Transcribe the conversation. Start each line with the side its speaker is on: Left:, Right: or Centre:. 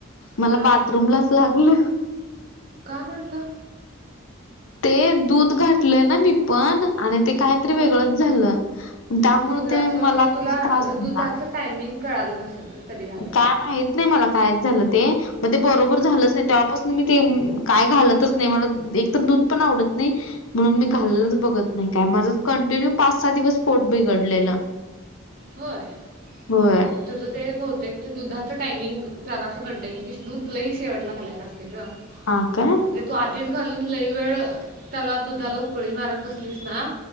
Left: मला
Right: हा
Left: बाथरूमलाच लागलं.
Right: का म्हणलं
Left: ते दुध ध घातल ना मी पण आणि ते काहीतरी
Right: हा
Left: वेगळच झालं त्यामुळे
Right: तू जरासं
Left: ते
Right: म्हणजे
Left: मला
Right: तुला
Left: त्रास
Right: अ
Left: झाला
Right: दुधाचं टायमिंग कळालं नसेल का कधी घालायचं.
Left: काय माहित नाही मला कायच झालं ते मग ते बरोबर झालंच
Right: हा.
Left: नाही तेव्हापासून मी ते म काय घालतच नाही मला एक तर दूध पण आवडत नाही म्हणून मी घाल्लच बघत नाही काय माझं कंटिन्यू पाच सहा दिवस पोट बिघडलेलं.
Right: होय हम्म.
Left: होय
Right: तुझ ते बहुतेक ते दुधाच टायमिंग जरा असं घंट की दुध लई शेवटला घालायच असते ग.
Left: हां का?
Right: म्हणजे तु आधीच घालून लई वेळ त्याला दुधाला उकळी मारत बसलीस ना